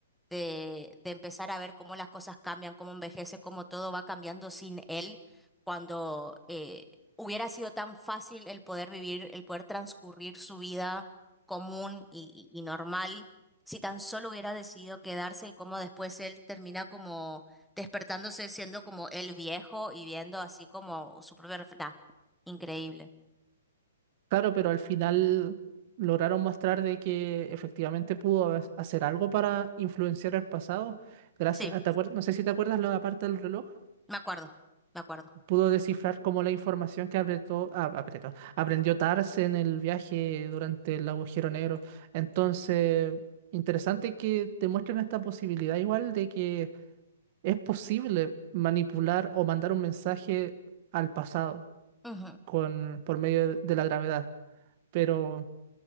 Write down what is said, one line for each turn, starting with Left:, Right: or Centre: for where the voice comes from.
Centre: de, de empezar a ver cómo las cosas cambian, cómo envejece, cómo todo va cambiando sin él, cuando eh, hubiera sido tan fácil el poder vivir, el poder transcurrir su vida común y, y- y normal, si tan solo hubiera decidido quedarse y cómo después él termina como despertándose siendo como el viejo y viendo así como su propia... ref- Nah, increíble.
Right: claro, pero al final lograron mostrar de que efectivamente pudo ha- hacer algo para influenciar el pasado. Gracias,
Centre: Sí,
Right: ¿te acuer- No sé si te acuerdas la parte del reloj.
Centre: me acuerdo, me acuerdo.
Right: pudo descifrar como la información que apretó- ah, apretó, aprendió Tars en el viaje durante el agujero negro. Entonces, interesante que te muestren esta posibilidad igual de que es posible manipular o mandar un mensaje al pasado
Centre: Ujú,
Right: con, por medio de de la gravedad. Pero